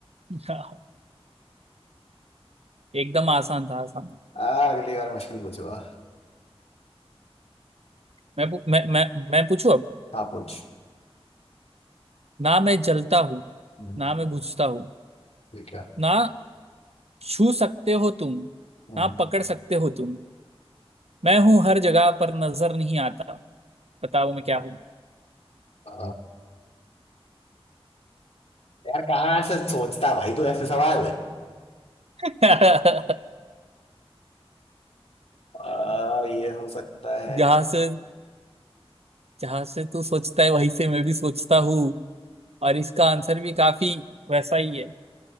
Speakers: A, on the right (about 80°); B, on the left (about 80°).
A: हाँ एकदम आसान था आसान
B: आ, अगली बार मुश्किल पूछूंगा
A: मैं पू- मैं मैं मैं पूछू अब
B: हाँ पूछ
A: ना मैं जलता हूँ
B: हम्म,
A: ना मैं बुझता हूँ
B: ठीक है
A: ना छू सकते हो तुम
B: हम्म,
A: ना पकड़ सकते हो तुम मैं हूँ हर जगह पर नजर नहीं आता बताओ मैं क्या हूँ
B: अ, यार कहाँ ऐसे सोचता भाई तू ऐसे सवाल है
A: <laughs>
B: अ, ये हो सकता है
A: जहां से जहां से तू सोचता है वहीं से मैं भी सोचता हूँ और इसका आंसर भी काफी वैसा ही है